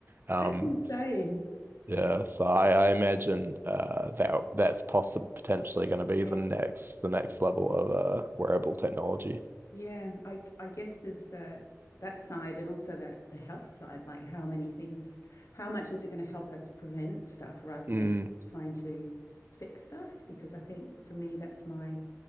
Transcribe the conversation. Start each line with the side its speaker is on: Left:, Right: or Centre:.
Right: Um,
Left: That's insane.
Right: yeah, so I, I imagine uh, that that's possibly potentially going to be
Left: Yeah.
Right: the next the next level of uh, wearable technology.
Left: Yeah. I I guess there's the that side and also the the health side, like how many things, how much is it going to help us prevent stuff rather
Right: Mm,
Left: than trying to fix stuff? Because I think for me that's my